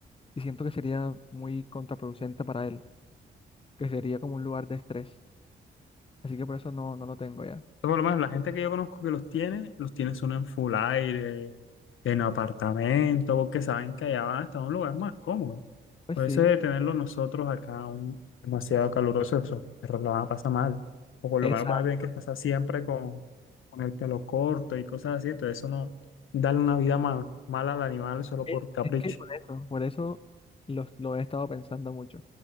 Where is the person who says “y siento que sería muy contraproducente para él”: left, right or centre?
Left